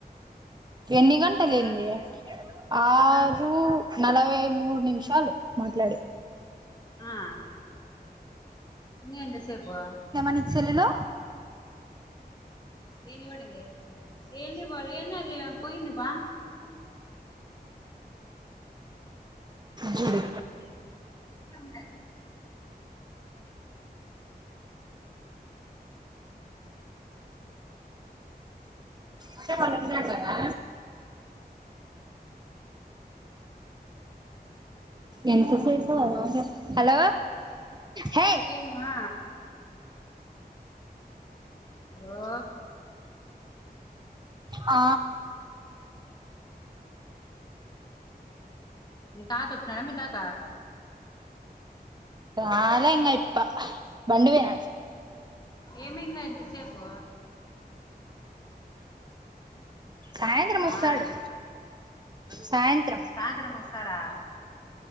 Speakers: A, on the right (about 25°); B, on the left (about 25°).
A: ఎన్ని గంటలు
B: ఆ
A: ఏంది ఆరు
B: ఆ
A: నలభై మూడు నిమిషాలు మాట్లాడి.
B: ఆ ఇంగెంత సేపు
A: నీ చెల్లెలు
B: ఏంది బడింది ఏందిపోలే ఏంది అది పోయిందిబా
A: చూడు
B: జుడి కబడింగ్డా
A: అంటే వాళ్ళు వచ్చారు కదా ఎంత సేపు హలో హే
B: ఏమా హలో
A: ఆ
B: మీ తాత వచ్చినాడ మీ తాత
A: రాలే ఇంగ అయ్యప్ప బండి పోయిన
B: ఏమింగ ఇంత సేపు
A: సాయంత్రం వస్తాడు
B: ఆ
A: సాయంత్రం
B: సాయంత్రం వస్తాడా